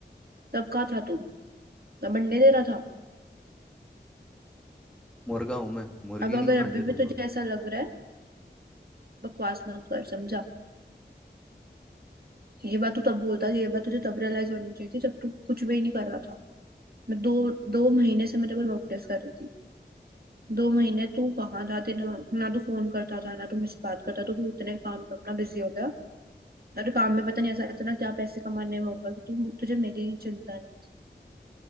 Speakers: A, on the right; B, in the centre.
A: तब कहाँ था तू तब बनने दे रहा था
B: मुर्गा हूं मैं मुर्गी
A: अब अगर
B: नहीं जो
A: अभी
B: अंडे
A: भी
B: दूंगा
A: तुझे ऐसा लग रहा है बकवास मत कर समझा ये बात तू तब बोलता था, ये बात तुझे तब रियलाइज होनी चाहिए थी जब तू कुछ भी नहीं कर रहा था मैं दो दो महीने से मैं तेरे को नोटिस कर रही थी दो महीने तू कहाँ था तेरा ना तू फोन करता था ना तू मुझसे बात करता तो तू इतने काम में अपना बिजी हो गया और काम में पता नहीं ऐसा इतना क्या पैसे कमाने में होगा कि तू तुझे मेरी चिंता नहीं